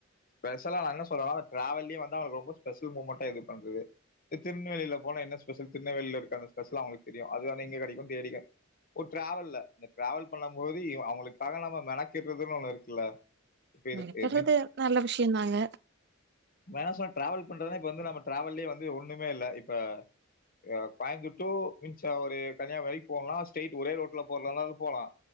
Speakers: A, on the left; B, on the right.
A: ஸ்பெஷலா நா என்ன சொல்றேனா அந்த டிராவல்லயே வந்து அவளுக்கு ரொம்ப ஸ்பெஷல் மூமெண்ட்டா இது பண்றது இ திருநெல்வேலில போன என்ன ஸ்பெஷல் திருநெல்வேலியில இருக்க அந்த ஸ்பெஷல் அவுங்களுக்கு தெரியும் அது தான இங்கு கெடைக்குனு தேடிக்க ஒரு டிராவல்ல இந்த டிராவல் பண்ணும் போது இவ அவுளுக்காக நம்ம மெனக்கிடுறதுன்னு ஒன்னு இருக்குல்ல இப்ப இது
B: மெனக்கட்றது நல்ல விஷய தாங்க
A: <unintelligible> ட்ராவல் பண்றதுனா இப்ப வந்து நம்ம ட்ராவல்லையே வந்து ஒன்னுமே இல்ல இப்ப ஆ கோயம்புட்டூ மின்சா ஒரு கன்னியாகுமரி வரைக் போலனா ஸ்ட்டைட் ஒரே ரோட்ல போறதந்தாலு போலா